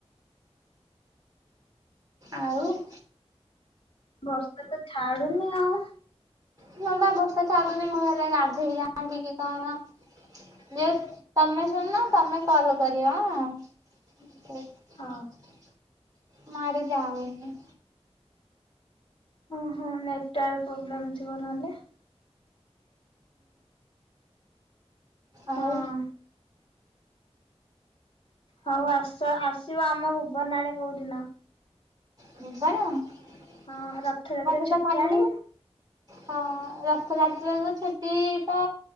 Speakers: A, on the right; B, on the left.
A: ଆଉ
B: ପୋଛ୍। ବର୍ଷା ତ ଛାଡୁନି ଆଉ।
A: ହଁ ବା ବର୍ଷା ତ ଆଗ ବି ମୁଁ ହେଲେ ଗାଧେଇ ଯାଆନ୍ତି କି କଣ। ଯେ ତମେ ଶୁଣୁନ ତମେ କଲ୍ କରିବ ଆଁ ମତେ।
B: ହଉ।
A: ମୁଁ ଆଡ଼େ ଯାଉନି।
B: ଓହୋ ନେଟ୍‌ୱାର୍କ ପ୍ରୋବ୍ଲେମ୍ ଥିବ ନହେଲେ।
A: ଆଉ
B: ହଁ। ହୋଉ ଆସ ଆସିବ ଆମ ଭୁବନ ଆଡ଼େ କୋଉଦିନ।
A: ଭୁବନ ତାହେଲେ
B: ହଁ ରଥଯାତ୍ରା ଛୁଟି
A: ତ କାଲି
B: ଆଣିବ
A: ହଁ ରଥଯାତ୍ରା ରେ ଛୁଟି ତ